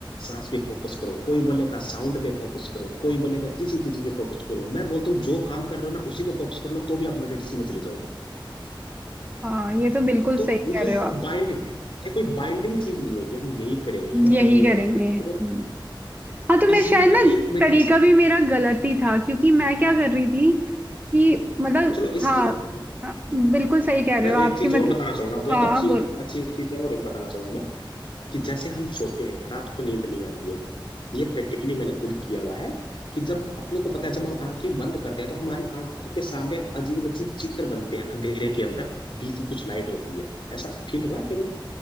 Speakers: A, on the left; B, on the right.
A: सांस पे फोकस करो कोई बोलेगा साउंड पे फोकस करो कोई बोलेगा किसी चीज पे फोकस करो मैं बोलता हूँ जो काम कर रहे हो ना उसी पे फोकस कर लो तो भी आप मेडिटेशन में चले जाओगे
B: हाँ, ये तो बिल्कुल
A: तो
B: सही कह
A: ये
B: रहे
A: एक
B: हो आप
A: बाइंडिंग ये कोई बाइंडिंग चीज नहीं है कि हम यही करेंगे है ना
B: यही
A: तभी
B: करेंगे
A: होगा
B: हम्म।
A: और
B: हाँ, तो मैं
A: इसीलिए
B: शायद ना
A: ना एक मेडिटेशन
B: तरीका भी मेरा गलत ही था क्योंकि मैं क्या कर रही थी कि मतलब
A: चलो इसके
B: हाँ
A: ना
B: अ, बिल्कुल सही कह रहे
A: मैं
B: हो आपकी
A: एक चीज
B: मतलब
A: और बताना चाहूंगा बहुत
B: हाँ
A: अच्छी
B: बोल
A: अच्छी चीज और एक बताना चाहूंगा मैं कि जैसे हम सोते हैं रात को नींद नहीं आती है ये प्रैक्टिकली मैंने खुद किया हुआ है कि जब अपने को पता है जब हम आंखें बंद करते हैं तो हमारी आंखों के सामने अजीब अजीब चित्र बनते हैं अंधेरे के अंदर बीच में कुछ लाइट होती है ऐसा फील हुआ है कभी